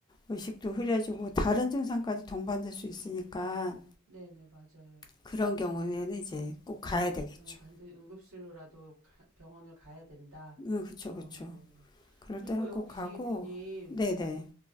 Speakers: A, on the left; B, on the right.
A: 의식도 흐려지고 다른 증상까지 동반될 수 있으니까
B: 어 네네 맞아요.
A: 그런 경우에는 이제 꼭 가야 되겠죠.
B: 어, 반드시 응급실로라도 가- 병원을 가야 된다.
A: 응, 그쵸,
B: 어,
A: 그쵸.
B: 네네.
A: 그럴
B: 그리고요,
A: 때는 꼭
B: 혹시
A: 가고,
B: 비님,
A: 네네,